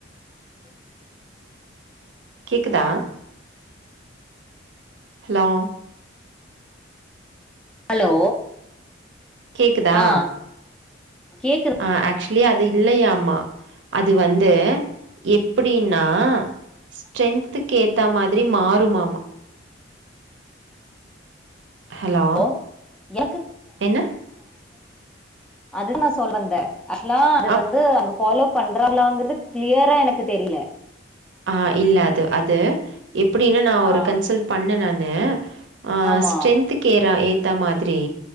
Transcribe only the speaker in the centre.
ஹலோ
ஆ கேக்குதாடா?
<inaudible>
அதுதா நா சொல் வந்த ஆக்சுவலா அது
வந்து அங்க ஃபாலோ பண்றாங்களலாங்கறது க்ளியரா எனக்கு தெரியில
ஆ.
ஆமா.